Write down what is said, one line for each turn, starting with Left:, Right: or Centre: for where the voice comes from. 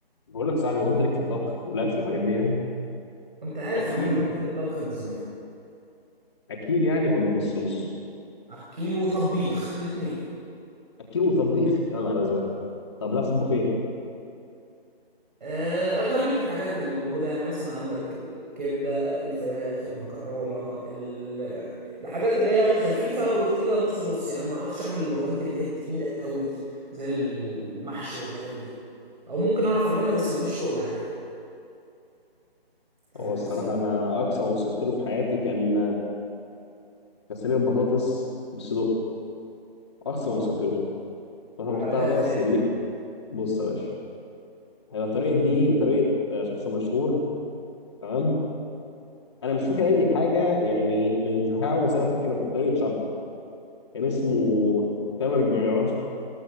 Left: بقول لك صاحبي هو انت ليك في الطبخ والاكل والحاجات دي يعني
Right: انت عارف
Left: اكيل
Right: يا عم ان انا بحب الطبخ من زمان
Left: اكيل يعني ولا نص نص
Right: اكيل وطبيخ الاتنين
Left: اكيل وطبيخ يا نهار ازرق طب بتعرف تطبخ ايه
Right: آه، اغلبيه الحاجات اللي موجوده يعني مثلا عندك الكبده الفراخ المكرونه ال- الحاجات اللي هي خفيفه وتقيله نص نص يعني ما بعرفش اعمل الوجبات اللي هي التقيله قوي زي المحشي والحاجات دي او ممكن اعرف اعملها بس ماليش تقل عليها فاهم
Left: هو الصراحه
Right: قصدي
Left: انا اقصى ما وصلت له في حياتي كان كان صينيه بطاطس بالصدق اقصى
Right: اه
Left: ما وصلت له انا
Right: عملتها
Left: طبختها بقى
Right: ازاي
Left: بس اللي بص يا باشا هي طريقه دي بطريقه شخص مشهور تمام انا مش فاكر اي حاجه يعني من بتاعه بس انا فاكر طريقه شرحه كان اسمه تامر جيار